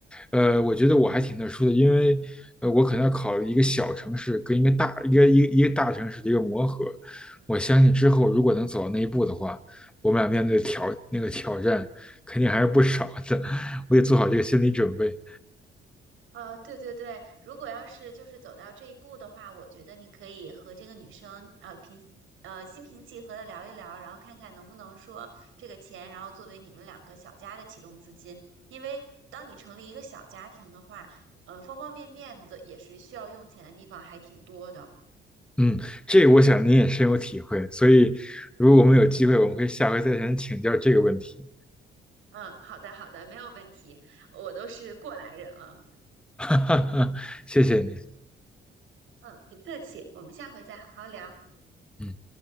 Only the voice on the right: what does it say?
呃，对对对，如果要是就是走到这一步的话，我觉得你可以和这个女生呃平呃心平气和的聊一聊，然后看看能不能说这个钱，然后作为你们两个小家的启动资金。因为当你成立一个小家庭的话，呃，方方面面的也是需要用钱的地方还挺多的。
嗯，好的好的，没有问题，我都是过来人了。
嗯，不客气，我们下回再好好聊。